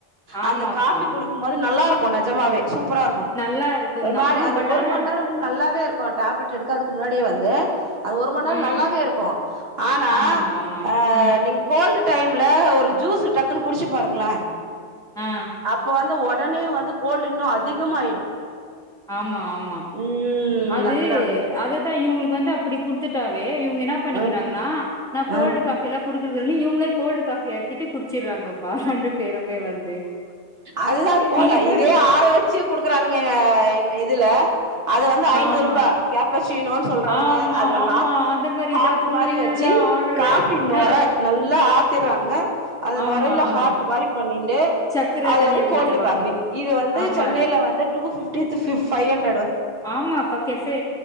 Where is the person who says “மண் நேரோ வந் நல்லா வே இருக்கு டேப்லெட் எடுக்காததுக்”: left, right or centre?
Right